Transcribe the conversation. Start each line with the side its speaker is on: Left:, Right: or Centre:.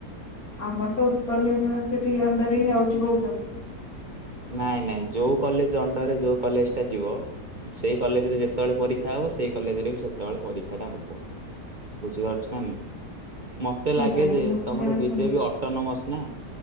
Left: ଆମର ତ ଉତ୍କଳ ୟୁନିଭର୍ସିଟି ଅଣ୍ଡର ହିଁ ଯାଉଛି କହୁଛନ୍ତି
Right: ନାଇଁ ନାଇଁ ଯୋଉ କଲେଜ ଅଣ୍ଡରରେ ଯୋଉ କଲେଜ ଟା ଯିବ ସେଇ କଲେଜ ରେ ଯେତେବେଳେ ପରୀକ୍ଷା ହବ ସେଇ କଲେଜ ରେ ବି ସେତେବେଳେ ପରୀକ୍ଷା ଟା ହବ ବୁଝି ପାରୁଛୁଁ ମତେ ଲାଗେ
Left: କେଜାଣି
Right: ଯେ
Left: ମୁଁ ତ
Right: ତମର
Left: ଯାହା
Right: ବିଜେ
Left: ଶୁଣିଛି
Right: ବି ଅଟୋନୋମସ ନା